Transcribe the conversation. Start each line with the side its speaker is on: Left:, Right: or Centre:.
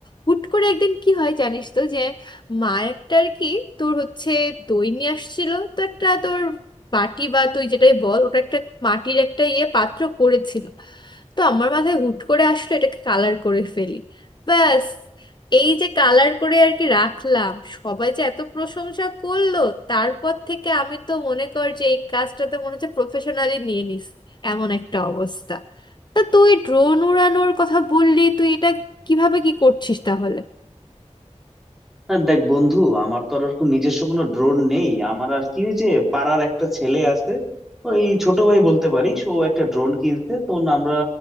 Left: হুট করে একদিন কি হয় জানিস তো যে মা একটা আর কি তোর হচ্ছে দই নিয়ে আসছিল তো একটা তোর বাটি বা তুই যেটাই বল ওটা একটা মাটির একটা ইয়ে পাত্র করেছিল তো আমার মাথায় হুট করে আসলো এটাকে কালার করে ফেলি ব্যাস এই যে কালার করে আর কি রাখলাম সবাই যে এত প্রশংসা করলো তারপর থেকে আমি তো মনে কর যে এই কাজটাতে মনে হচ্ছে প্রফেশনালি নিয়ে নিস এমন একটা অবস্থা তা তুই ড্রোন উড়ানোর কথা বললি তুই এটা কিভাবে কি করছিস তাহলে
Centre: না দেখ বন্ধু আমার তো আর ওরকম নিজস্ব কোনো ড্রোন নেই আমার আর কি ওই যে পাড়ার একটা ছেলে আছে ওই ছোট ভাই বলতে পারিস ও একটা ড্রোন কিনছে তখন আমরা